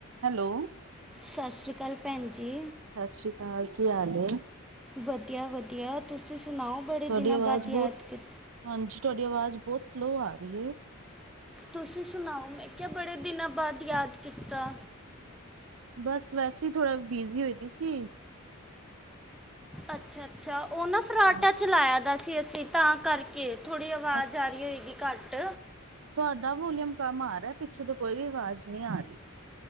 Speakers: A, on the right; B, in the centre.
A: Hello
B: ਸਸ ਸ੍ਰੀ ਕਾਲ ਭੈਣ ਜੀ।
A: ਸਸ ਸ੍ਰੀ ਕਾਲ ਕੀ ਹਾਲ ਏ।
B: ਵਧੀਆ-ਵਧੀਆ ਤੁਸੀਂ ਸੁਣਾਓ ਬੜੇ
A: ਤੁਹਾਡੀ
B: ਦਿਨਾ
A: ਆਵਾਜ਼
B: ਬਾਦ ਯਾਦ
A: ਬਹੁਤ
B: ਕੀ
A: ਹਾਂਜੀ ਤੁਹਾਡੀ ਆਵਾਜ਼ ਬਹੁਤ ਸਲੋਅ ਆ ਰਹੀ ਹੈ।
B: ਤੁਸੀਂ ਸੁਣਾਓ ਮੈਂ ਕਿਹਾ ਬੜੇ ਦਿਨਾਂ ਬਾਦ ਯਾਦ ਕੀਤਾ।
A: ਬਸ ਵੈਸੇ ਹੀ ਥੋੜਾ ਬਿਜੀ ਹੋਈ ਦੀ ਸੀ।
B: ਅੱਛਾ-ਅੱਛਾ ਉਹ ਨਾ ਫਰਾਟਾ
A: ਹਾਂਜੀ
B: ਚਲਾਇਆ ਦਾ ਸੀ ਅਸੀਂ ਤਾਂ ਕਰਕੇ ਥੋੜ੍ਹੀ ਆਵਾਜ਼
A: ਅੱ
B: ਆ ਰਹੀ ਹੋਏਗੀ ਘੱਟ।
A: ਤੁਹਾਡਾ ਵੋਲੀਅਮ ਕੰਮ ਆ ਰਿਹਾ ਪਿੱਛੋਂ ਤੋਂ ਕੋਈ ਵੀ ਆਵਾਜ਼ ਨੀ ਆ ਰਹੀ।